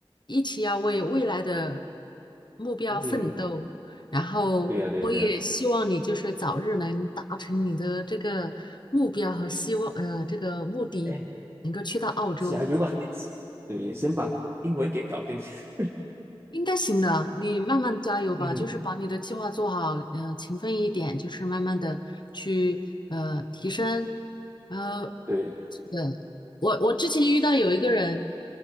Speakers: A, on the left (about 50°); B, on the right (about 25°).
A: 一起要为未来的目标奋斗，
B: 嗯，
A: 然后我也希望你就是早日能达成你的这个目标和希望，
B: 对呀、对对呀、
A: 呃，这个目的能够去到澳洲，
B: 哎，加油吧！对，先把英文给搞定。<laughs>
A: 应该行的，你慢慢加油吧，
B: 嗯，
A: 就是把你的计划做好，呃，勤奋一点，就是慢慢的去呃提升，呃，
B: 对，
A: 是的，我我之前遇到有一个人，